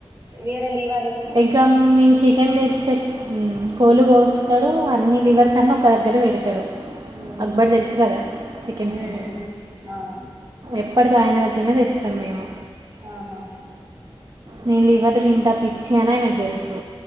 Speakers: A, on the right (about 30°); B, on the right (about 45°).
A: వేరే లీవ
B: ఎగ్గం మీన్ చికెన్ తెచ్చే ఉమ్ కోల్లు కోస్తాడు అన్ని లివర్స్ అన్ని ఒక దగ్గరే పెడతాడు
A: ఉమ్
B: అక్బర్ తెలుసు కదా చికెన్
A: ఉమ్
B: సెంటర్
A: ఉమ్ ఆ
B: ఎప్పటికి ఆయన దగ్గర తెస్ తం మేము
A: ఆహా
B: నేను లివర్ తింటా పిచ్చి అని ఆయనకు తెలుసు